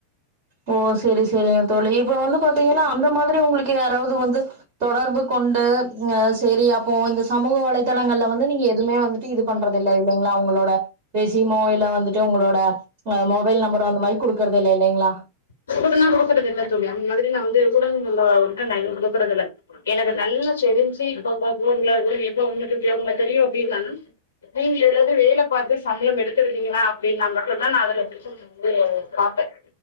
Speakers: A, on the right (about 40°); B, on the left (about 65°).
A: ஓ செரி-செரிங்க தோலி இப்ப வந்து பாத்தீங்கன்னா அந்த மாதிரி உங்களுக்கு யாராவது வந்து தொடர்பு கொண்டு அஹ் செரி அப்போ இந்த சமூக வலைதளங்கள்ல வந்து நீங்க எதுவுமே வந் தி இது பண்றதுல்ல இல்லைங்களா அவ் உங்களோட பெசிமோயில வந்துட்டு உங்களோட மோ மொபைல் நம்பர் அந்த மாரி கொடுக்குறதே இல்ல இல்லலைங்களா
B: <unintelligible> கொடுக்குறது இல்லனு சொல்லு அந்த மாதிரி நான் வந்து <unintelligible> நக கொடுக்குறது இல எனக்கு நல்லா தெரிஞ்சு <inaudible> எப்ப உங்களுக்கு உபயோகம் தெரியும் அப்படின்னா நீங்க ஏதாவது வேலை பார்த்து சம்பளம் எடுத்து விட்றிங்கனா அப்படின்னா மட்டும் தான் நான் அதுல <unintelligible> வந்து பாபேன்